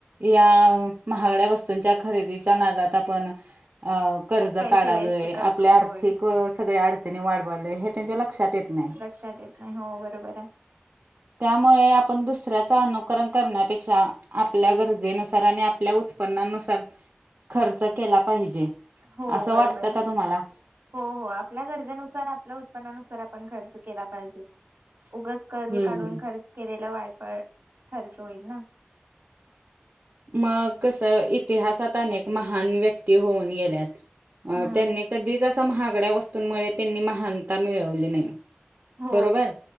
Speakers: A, on the right; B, on the right.
A: या महागड्या वस्तूंच्या खरेदीच्या नदात आपण अ कर्ज
B: पैसे
A: काढालोय
B: वेस्ट करतो
A: आपल्या आर्थिक
B: होय
A: सगळ्या अडचणी वाढवालय हे त्यांच्या लक्षात येत नाही
B: लक्षातेत नाही हो बरोबर आहे
A: त्यामुळे आपण दुसऱ्याच अनुकरण करण्यापेक्षा आपल्या गरजेनुसार आणि आपल्या उत्पन्नानुसार खर्च केला पाहिजे
B: हो
A: असं
B: बरोबर
A: वाटतं
B: आहे.
A: का तुम्हाला
B: हो हो आपल्या गरजेनुसार आपल्या उत्पन्नानुसार आपण खर्च केला पाहिजेत उगच कर्ज
A: हम्म.
B: काढून खर्च केलेला वायफाय खर्च होईल ना
A: मग कस इतिहासात अनेक महान व्यक्ती होऊन गेल्यात
B: हम्म
A: त्यांनी कधीच असं महागड्या वस्तूंमुळे त्यांनी महानता मिळवली नाही
B: हो
A: बरोबर